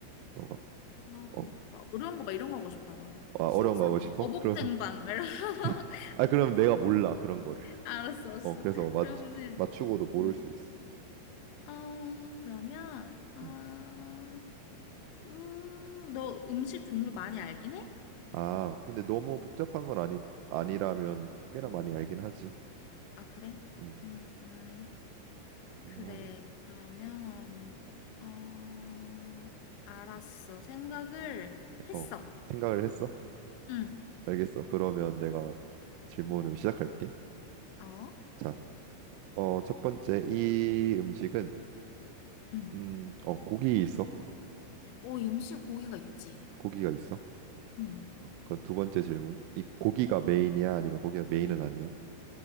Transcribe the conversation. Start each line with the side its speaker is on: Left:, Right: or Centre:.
Right: 너가
Left: 아,
Right: 어,
Left: 그니까 막 어려운 거 막 이런 거 하고 싶다, 막.
Right: 아,
Left: 신선,
Right: 어려운 거 하고 싶어?
Left: 어복쟁반,
Right: 그러면
Left: 막 이런. <laughs>
Right: <laughs> 아 그럼 내가 몰라 그런 거를.
Left: 알았어, 알았어.
Right: 어 그래서 맞
Left: 그러면은,
Right: 맞추고도 모를
Left: 음.
Right: 수 있어.
Left: 어, 그러면, 아,
Right: 음.
Left: 음, 너 음식 종류 많이 알긴 해?
Right: 아 근데 너무 복잡한 건 아니 아니라면 꽤나 많이 알긴 하지.
Left: 아, 그래?
Right: 음.
Left: 음.
Right: 웬만-
Left: 그래, 그러면, 어, 알았어. 생각을 했어.
Right: 어 생각을 했어?
Left: 응,
Right: 알겠어. 그러면 내가 질문을 시작할게.
Left: 어,
Right: 자, 어, 첫 번째 이 음식은
Left: 응.
Right: 음, 어, 고기 있어?
Left: 어, 임시 고기가 있지.
Right: 고기가 있어?
Left: 응.
Right: 어, 그럼 두 번째 질문. 이 고기가 메인이야? 아니면 고기가 메인은 아니야?